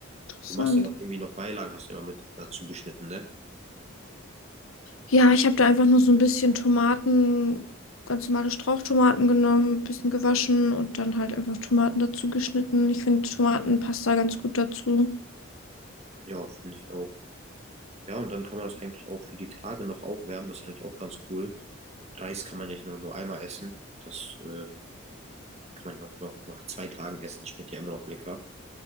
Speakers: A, on the left; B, on the right.
A: Interessant.
B: Du machst ja noch irgendwie noch Beilagen, hast du ja immer mit dazu geschnitten, ne?
A: Ja, ich habe da einfach nur so ein bisschen Tomaten, ganz normale Strauchtomaten genommen, ein bisschen gewaschen und dann halt einfach Tomaten dazu geschnitten. Ich finde Tomatenpasta ganz gut dazu.
B: Ja, finde ich auch. Ja, und dann kann man das eigentlich auch für die Tage noch aufwärmen. Das ist eigentlich auch ganz cool. Reis kann man ja nicht nur, nur einmal essen. Das äh, kann man noch, noch nach zwei Tagen essen. Schmeckt ja immer noch lecker.